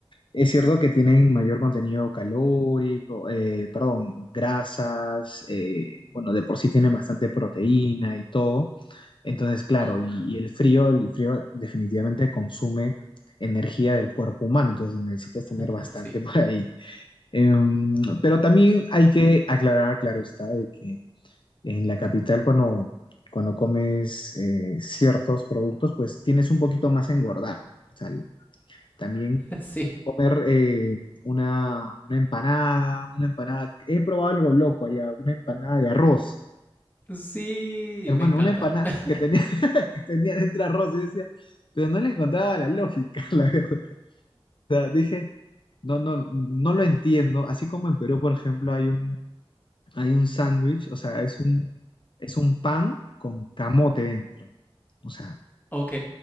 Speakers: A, on the left (about 55°); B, on the left (about 20°).
A: es cierto que tienen mayor contenido calórico, eh, perdón, grasas, eh, bueno, de por sí tienen bastante proteína y todo. Entonces, claro,
B: Ujú,
A: y, y el frío, el frío definitivamente consume energía del cuerpo humano, entonces necesitas tener
B: <laughs>
A: bastante
B: Sí,
A: <laughs> por ahí. Em, pero también hay que aclarar, claro está, de que en la capital cuando, cuando comes eh, ciertos productos, pues tienes un poquito más a engordar. ¿no? O sea, también
B: sí,
A: comer eh, una, una empanada, una empanada, he probado algo loco allá, una empanada de arroz.
B: sí,
A: Hermano,
B: me encantan.
A: una empanada
B: <laughs>
A: que tenía, <laughs> que tenía dentro arroz, y decía, pero no le encontraba la lógica, <laughs> la verdad. O sea, dije, no, no, no lo entiendo. Así como en Perú, por ejemplo, hay un, hay un sándwich, o sea, es un, es un pan con camote dentro. O sea,
B: Ok,